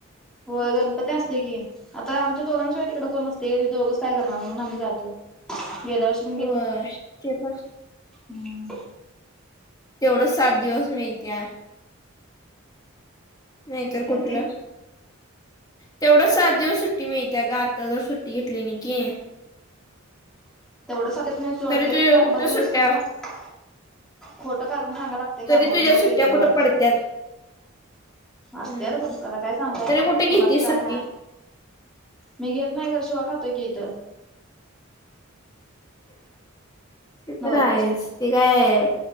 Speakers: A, in the centre; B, on the left (about 20°).
A: होय. गणपती असतोय की, आता आमच्या दोघांनशिवाय तिकडे कोण नसतेय गं, दोघंच काय करणार म्हणून आम्ही जातोय गेल्या वर्षी. <unintelligible>
B: होय ते पण
A: हम्म.
B: तेवढंच सात दिवस मी इथे आहे. नाही तर
A: काय
B: कुठलं.
A: ते
B: तेवढं सात दिवस सुट्टी मिळत्या गं, आता जर सुट्टी घेतली नाही की,
A: तेवढ <unintelligible> ते पण चार
B: तरी तुझ्या कुठं
A: पाच दिवस
B: सुट्ट्या
A: काय सांग खोट कारण सांगाय लागते,
B: तरी
A: कामावर
B: तुझ्या
A: मग
B: सुट्ट्या
A: देत्यात
B: कुठं
A: बाळ.
B: पडत्यात
A: असत्यात
B: हम्म
A: बग आता काय सांगता
B: तरी
A: येत नाही,
B: कुठे
A: कुणाचं
B: घेती सुट्टी
A: काय हाय. मी घेत नाही खर, शिवा खातोय की इथं.
B: ते
A: नवऱ्याच्या
B: तर आहेच, ते काय